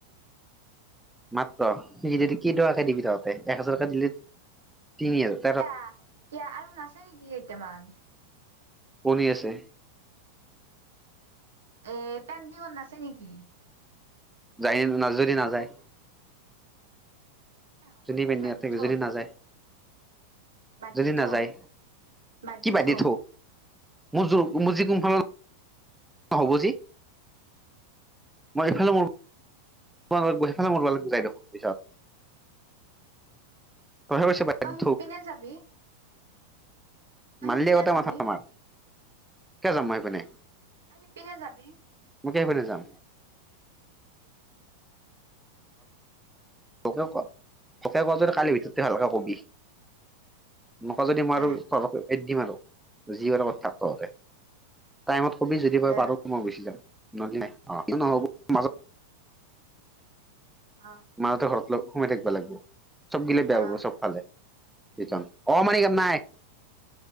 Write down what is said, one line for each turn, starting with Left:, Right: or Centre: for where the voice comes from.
Centre: মাত্ৰ সে কি টকাকে দিবি তহঁতে এক হাজাৰ টকা দিলে তিনি আৰু।
Right: কিয়, কিয় আৰু নাছে নেকি কেইটামান।
Centre: শুনি আছে।
Right: এ টাৰ নাছে নেকি?
Centre: যায়, নাযায় দি নাযায়।
Right: এ হ'ব
Centre: যদি
Right: দে
Centre: পেন্দিঙত
Right: বাদ দি
Centre: থাকিব
Right: থৌ
Centre: যদি নাযায়।
Right: বাদ
Centre: যদি
Right: দি থৌ
Centre: নাযায়,
Right: বাদ
Centre: কি
Right: দি
Centre: বাদদে
Right: থৌ
Centre: থ, মোৰ মোৰ যি কোনফালৰ - নহব যে, মই এইফালে মোৰ- মই সেইফালে মৰবলাগব যায় দেখোন পিছত, তই হে কৈছ বান্ধি
Right: তই সিপিনে যাবি। তই
Centre: মানিলি
Right: সিপিনে
Centre: আগতে
Right: যাবি
Centre: মাথা‌ মাৰ কিয় যাম মই সেইপিনে।
Right: তই সিপিনে যাবি।
Centre: মই কিয় সেইপিনে যাম। মোকে ক মোকে ক যদি কালিৰ ভিতৰতে ভালকৈ কবি নকওঁ যদি মই
Right: দে
Centre: আৰু এ দিম আৰু যি কৰ কৰি থাক তহঁতে টাইমত কবি যদি
Right: দে
Centre: পাৰোঁ মই গুচি যাম নহ'লে নাই অ কিয় নহ'ব। মাজত
Right: অ।
Centre: মাহঁতে ঘৰত লগ সোমাই থাকিব লাগব চব গিলে বেয়া
Right: অ
Centre: পাব সব ফালে। অ মণি কেপ নাই।